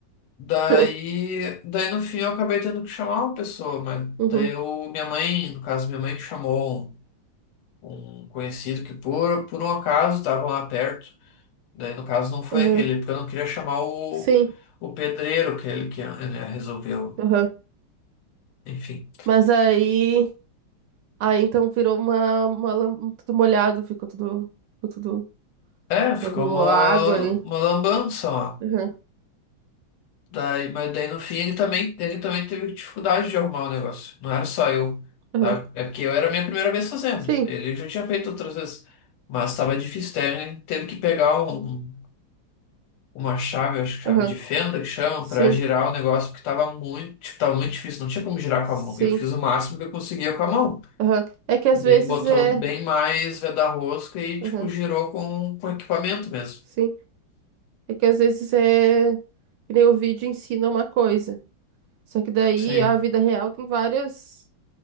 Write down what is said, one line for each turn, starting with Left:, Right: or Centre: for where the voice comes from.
Left: daí,
Right: <laughs>
Left: daí no fim eu acabei tendo que chamar uma pessoa, mas
Right: Uhum,
Left: daí eu, minha mãe, no caso, minha mãe que chamou um conhecido que por, por um acaso estava lá perto. Daí no caso não foi
Right: aham.
Left: aquele, porque eu não queria chamar o,
Right: Sim,
Left: o pedreiro, aquele que eh, resolveu.
Right: aham.
Left: Enfim.
Right: Mas aí. Aí então virou uma, uma lam- tudo molhado, ficou tudo. Ficou tudo.
Left: É, ficou
Right: Acabou
Left: uma,
Right: a água aí.
Left: uma lambança lá.
Right: Aham,
Left: Daí, mas daí no fim ele também, ele também teve dificuldade de arrumar o negócio. Não era só eu,
Right: aham.
Left: sabe? É porque eu era a minha primeira vez fazendo.
Right: Sim,
Left: Ele já tinha feito outras vezes. Mas estava difícil, daí ele teve que pegar um- uma chave, acho que
Right: aham.
Left: chave de fenda que chama,
Right: Sim,
Left: para girar o negócio, porque estava muito, tipo, tava muito difícil, não tinha como girar
Right: sim.
Left: com a mão. Eu fiz o máximo que eu conseguia com a mão.
Right: Aham. É que às
Left: E daí
Right: vezes
Left: ele botou
Right: é.
Left: bem mais veda-rosca e,
Right: Aham.
Left: tipo, girou com, com equipamento mesmo.
Right: Sim. É que às vezes é que nem o vídeo ensina uma coisa. Só que daí
Left: Sim.
Right: a vida real tem várias.